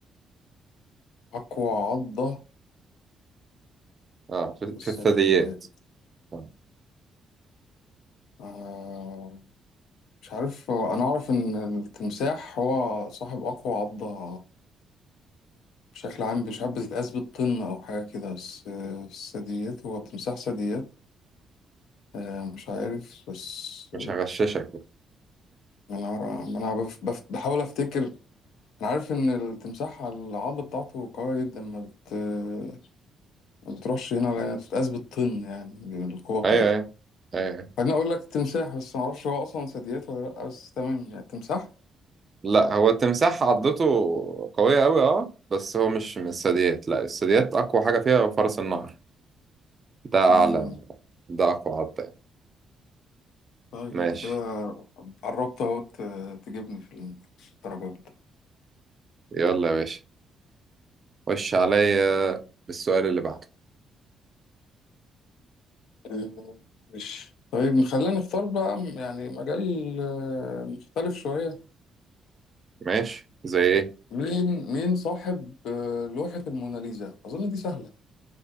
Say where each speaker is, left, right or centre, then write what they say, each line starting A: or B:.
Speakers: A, on the left (about 80°); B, on the right (about 35°).
A: أقوى عضة
B: اه في,
A: في الثدييات
B: في الثدييات آه،
A: آه... مش عارف أنا أعرف إن التمساح هو صاحب أقوى عضة بشكل عام مش عارف بتتقاس بالطن أو حاجة كده بس آه، الثدييات هو تمساح ثدييات آه، مش عارف بس
B: مش
A: آه،
B: هغششك بقى
A: أنا ما أنا بف- بف- بحاول أفتكر أنا عارف إن التمساح العضة بتاعته قوية جدا ما بت آه، ما بتروحش هنا ولا هنا بتتقاس بالطن يعني القوة بتاعتها
B: ايوه ايوه ايوه
A: خليني أقول لك التمساح بس ما أعرفش هو أصلا ثدييات ولا لأ بس تمام يعني التمساح
B: لا هو التمساح عضته قوية قوي اه بس هو مش من الثدييات لا الثدييات اقوى حاجة فيها هو فرس النهر ده اعلى
A: مم.
B: ده اقوى عضة يعني.
A: طيب
B: ماشي
A: أنت كده قربت أهو ت- تجيبني في الدرجات
B: يلا يا باشا خش عليا بالسؤال اللي بعده
A: آه، مش طيب خلينا نختار بقى يعني مجال آه، مختلف شوية
B: ماشي زي ايه
A: مين مين صاحب آه، لوحة الموناليزا أظن دي سهلة